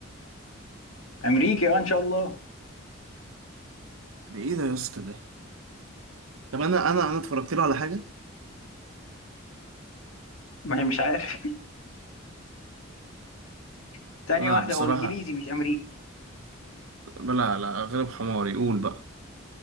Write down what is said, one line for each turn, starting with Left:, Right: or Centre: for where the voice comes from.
Left: امريكي اه ان شاء الله
Right: ده ايه ده يا اسطى ده طب انا انا انا اتفرجت له على حاجه
Left: ما هي مش عارف <laughs> تانية
Right: لا
Left: واحده
Right: بصراحه
Left: هو انجليزي مش امريكي
Right: لا لا غلب حماري قول بقى